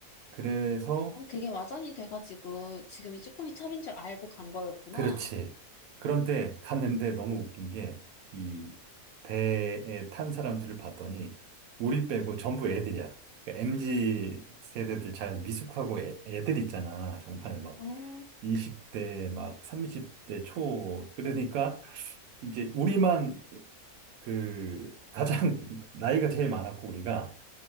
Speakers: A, on the right; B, on the left.
A: 그래서
B: 아, 그게 와전이 돼가지고 지금이 쭈꾸미 철인 줄 알고 간 거였구나.
A: 그렇지. 그런데 갔는데 너무 웃긴 게 이 배에 탄 사람들을 봤더니 우리 빼고 전부 애들이야. 그러니까 MZ 세대들 잘 미숙하고 애, 애들 있잖아. 정말 막
B: 응!
A: 20대 막 30대 초 그러니까 이제 우리만 그 가장 <laughs> 나이가 제일 많았고 우리가